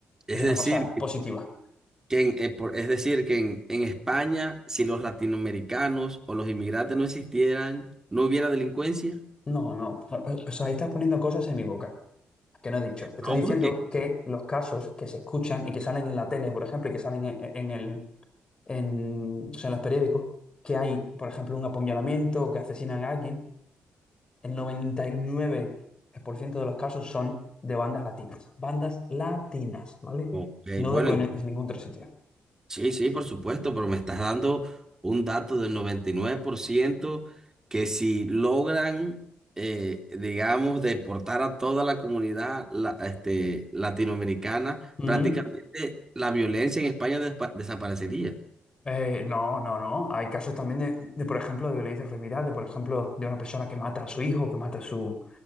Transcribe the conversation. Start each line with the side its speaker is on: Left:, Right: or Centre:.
Right: Es
Left: Es una
Right: decir,
Left: cosa positiva.
Right: que en- eh, por- es decir, que en, en España, si los latinoamericanos o los inmigrantes no existieran, no hubiera delincuencia.
Left: No, no, no, eh, o sea, ahí estás poniendo cosas en mi boca, que no he dicho. Estoy
Right: No,
Left: diciendo
Right: porque
Left: que los casos que se escuchan y que salen en la tele, por ejemplo, y que salen en, en el, en, o sea, en los periódicos, que hay, por ejemplo, un apuñalamiento o que asesinan a alguien, el noventa y nueve por ciento de los casos son de bandas latinas. Bandas latinas, ¿vale?
Right: Ok,
Left: No
Right: bueno,
Left: de con-
Right: ent-
Left: es ningún otro sitio.
Right: sí, sí, por supuesto, pero me estás dando un dato del 99% que si logran, eh, digamos, deportar a toda la comunidad la- este, latinoamericana,
Left: Ujú.
Right: prácticamente la violencia en España despa- desaparecería.
Left: Eh, no, no, no. Hay casos también de, de, por ejemplo, de violencia familiar, de, por ejemplo, de una persona que mata a su hijo, que mata a su,